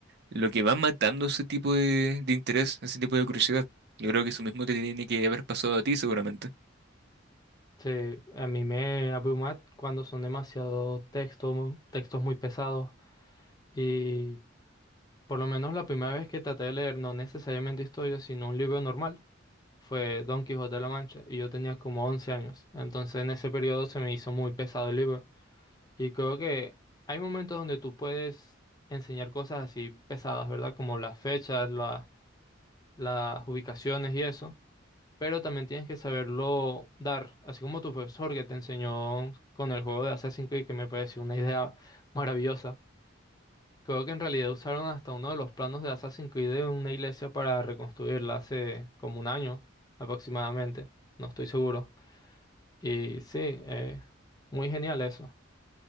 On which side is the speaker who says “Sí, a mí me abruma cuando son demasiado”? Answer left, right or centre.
Left